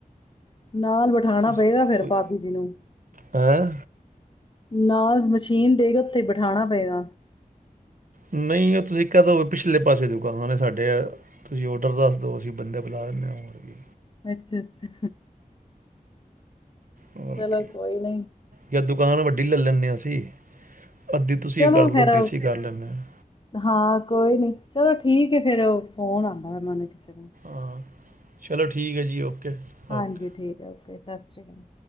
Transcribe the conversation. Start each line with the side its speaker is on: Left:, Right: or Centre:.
Left: ਨਾਲ ਬਿਠਾਣਾ
Right: ਤੁਸੀਂ
Left: ਪਏਗਾ, ਫਿਰ
Right: ਕੋਈ
Left: ਭਾਭੀ ਜੀ ਨੂੰ।
Right: ਹੈਂ
Left: ਨਾਲ ਮਸ਼ੀਨ ਦੇ ਕੇ ਉੱਥੇ ਬਿਠਾਣਾ ਪਏਗਾ।
Right: ਨਹੀਂ ਉਹ ਤੁਸੀਂ ਕਹਿ ਦਓ ਪਿਛਲੇ ਪਾਸੇ ਦੁਕਾਨ ਹੈ ਸਾਡੇ ਆ, ਤੁਸੀਂ ਔਡਰ ਦੱਸ ਦਿਉ ਅਸੀਂ ਬੰਦੇ ਬੁਲਾ ਦਿੰਦੇ ਹੋਰ ਵੀ
Left: ਅੱਛਾ- ਅੱਛਾ।
Right: ਹੋਰ
Left: ਚਲੋ
Right: ਕੀ
Left: ਕੋਈ ਨ
Right: ਜਾਂ ਦੁਕਾਨ ਵੱਢੀ ਲੈਲਿਨੇ ਆ ਅਸੀਂ। ਅੱਧੀ ਤੁਸੀਂ
Left: ਚਲੋ
Right: ਕਰ ਲਓ
Left: ਫੇਰ
Right: ਅੱਧੀ ਅਸੀਂ ਕਰ ਲੈਂਦੇ ਹਾਂ
Left: ਹਾਂ ਕੋਈ ਨੀ, ਚਲੋ ਠੀਕ ਏ ਫੇਰ। ਫੋਨ ਆਉਂਦਾ ਵ ਮਨੂੰ ਕਿਸੇ ਦਾ।
Right: ਹਾਂ ਚਲੋ ਠੀਕ ਹੈ, ਜੀ ਓਕੇ। ਓਕੇ
Left: ਹਾਂਜੀ, ਠੀਕ ਹੈ ਓਕੇ ਸਤਿ ਸ਼੍ਰੀ ਅਕਾਲ।